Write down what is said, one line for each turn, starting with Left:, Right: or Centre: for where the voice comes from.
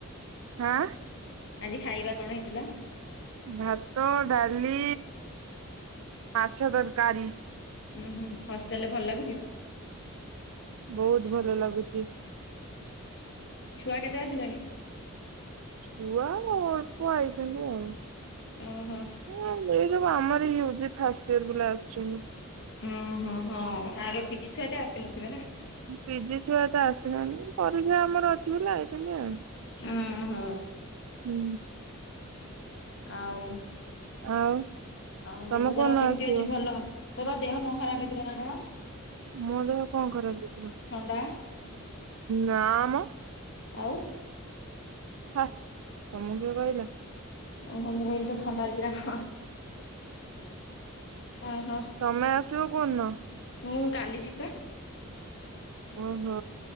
Right: ହାଁ।
Left: ଆଜି ଖାଇବା କଣ ହେଇଥିଲା।
Right: ଭାତ ଡାଲି ମାଛ ତରକାରୀ।
Left: ଉୁଁ ହୁଁ ହଷ୍ଟେଲରେ ଭଲ ଲାଗୁଚି।
Right: ବହୁତ ଭଲ ଲାଗୁଚି।
Left: ଛୁଆ କେତେ ଆସିଲେଣି।
Right: ଛୁଆ ଅଳ୍ପ ଆଇଛନ୍ତି ଆଉ।
Left: ଓହୋ।
Right: ହଁ ଏ ଯୁ ଆମର ୟୁଜି ଫାଷ୍ଟ ଇର ପିଲା ଆସୁଛନ୍ତି।
Left: ଅ ହଁ ହଁ ଆର ପିକି ଛୁଆ ତ ଆସିନଥିବେ ନା?
Right: ପି ଜି ଛୁଆ ତ ଆସିିନାହାନ୍ତି ପରୀକ୍ଷା ଆମର ଅଛି ବଇଲେ ଆଇଛନ୍ତି ଆଉ।
Left: ଓ ହୋ।
Right: ହୁଁ।
Left: ଆଉ।
Right: ଆଉ।
Left: ଆଉ
Right: ତମେ
Left: ଦେହ ତୋର
Right: କୋଉଦିନ
Left: କେମିତି
Right: ଆସିବ
Left: ଅଛି ଭଲ ତୋର ଦେହ କଣ ଖରାପ ହେଇଥିଲା ନା କଣ?
Right: ମୋ ଦେହ କଣ କରାପ ହେଇଥିବ
Left: ଥଣ୍ଡା
Right: ନା ମ
Left: ଅଉ।
Right: ହା ତମକୁ କିଏ କହିଲା?
Left: ଓହୋ ମୁଁ କହିଲି ତ ଥଣ୍ଡା ହେଇଛି ନା କ ଓହୋ।
Right: ତମେ ଆସିବ କୋଉଦିନ?
Left: ମୁଁ କାଲି ଯିବା
Right: ଓହୋ।